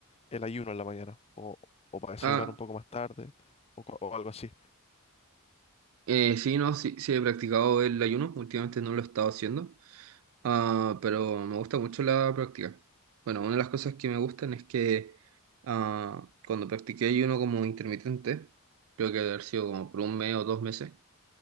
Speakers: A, on the left; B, on the right.
A: el ayuno en la mañana, o, o para desayunar
B: Ah,
A: un poco más tarde, o, co- o algo así.
B: eh, sí, no, sí, sí he practicado el ayuno, últimamente no lo he estado haciendo. Ah, pero me gusta mucho la práctica. Bueno, una de las cosas que me gustan es que ah, cuando practiqué ayuno como intermitente, creo que debe haber sido como por un mes o dos meses,